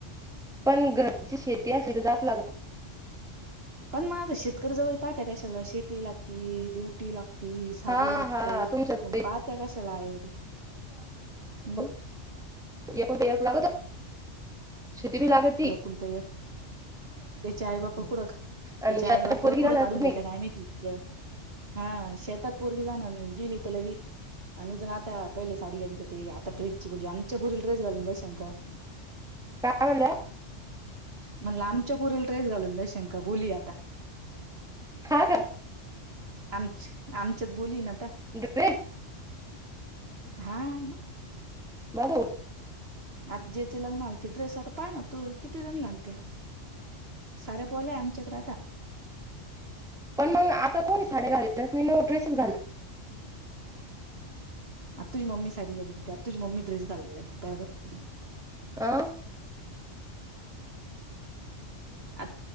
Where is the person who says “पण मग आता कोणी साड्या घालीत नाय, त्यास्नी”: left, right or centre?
Centre